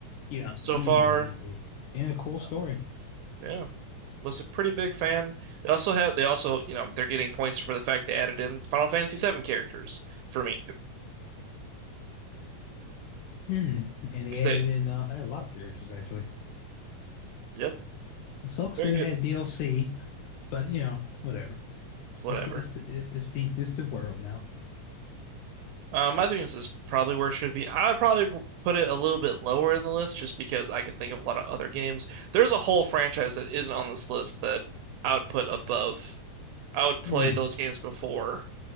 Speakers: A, on the left (about 80°); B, on the right (about 80°).
A: Yeah,
B: so
A: easily,
B: far.
A: easily. And a cool story.
B: Uh, Yeah, was a pretty big fan. They also have they also you know they're getting points for the fact they added in Final Fantasy VII characters for me
A: Mm. And they
B: 'Cause
A: added
B: they
A: in uh, a lot of characters actually.
B: yep
A: Sucks
B: very
A: that
B: good
A: it had DLC, but you know, whatever.
B: whatever.
A: It's the it's the it- it's the it's the world now.
B: Um, I think this is probably where it should be. I would probably put it a little bit lower in the list just because I can think of a lot of other games. There's a whole franchise that isn't on this list that I would put above. I would play
A: Hmm.
B: those games before